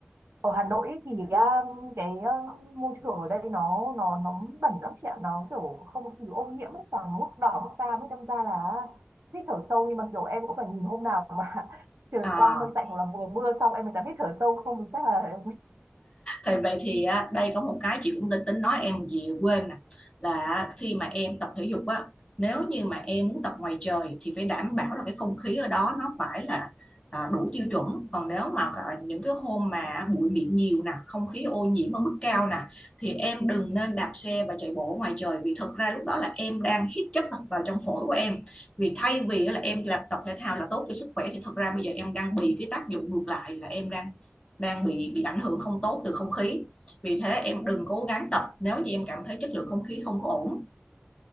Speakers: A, on the right; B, on the left.
A: ở Hà Nội ấy thì um, cái um, môi trường ở đây nó nó nó bẩn lắm chị ạ nó kiểu không khí ô nhiễm ấy toàn mức đỏ mức cam ấy đâm ra là hít thở sâu nhưng mà kiểu em cũng phải nhìn hôm nào mà <laughs> trời
B: à,
A: quang mây tạnh hoặc là mùa mưa xong em mới dám hít thở sâu không thì chắc là
B: thì vậy thì á, đây có một cái chị cũng định tính nói em gì quên nè là khi mà em tập thể dục á nếu như mà em muốn tập ngoài trời thì phải đảm bảo là cái không khí ở đó nó phải là à, đủ tiêu chuẩn còn nếu mà cả những cái hôm mà bụi mịn nhiều nè không khí ô nhiễm ở mức cao nè thì em đừng nên đạp xe và chạy bộ ngoài trời vì thực ra lúc đó là em đang hít chất độc vào trong phổi của em vì thay vì là em làm tập thể thao là tốt cho sức khỏe thì thực ra bây giờ em đang bị cái tác dụng ngược lại là em đang đang bị bị ảnh hưởng không tốt từ không khí vì thế em đừng cố gắng tập nếu như em cảm thấy chất lượng không khí không có ổn